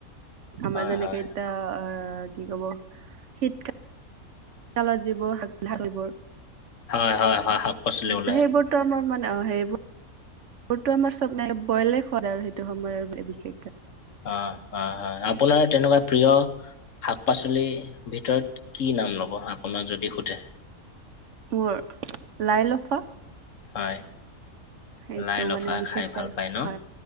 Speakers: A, on the right (about 60°); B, on the left (about 60°).
A: আমাৰ
B: হয়
A: যেনেকে
B: হয়
A: এতিয়া অ কি কব শীতকাল শীতকালত যিবোৰ শাক - চাক এইবোৰ
B: হয় হয় হয় হয় পাচলি ওলাই
A: সেইবোৰতো আমাৰ মানে অ সেইবোৰ সেইটো আমাৰ চব নাই বইলে খোৱা যায় আৰু সেইটো সময় আৰু বিশেষকে
B: হয় হয় হয় আপোনাৰ তেনেকুৱা প্ৰিয়। শাক পাচলিৰ ভিতৰত কি নাম ল'ব আপোনাক যদি শুধে।
A: মোৰ লাই লফা।
B: হয়
A: সেইটো
B: লাই লফা
A: মানে বিশেষকে
B: খাই ভাল পায় ন
A: হয়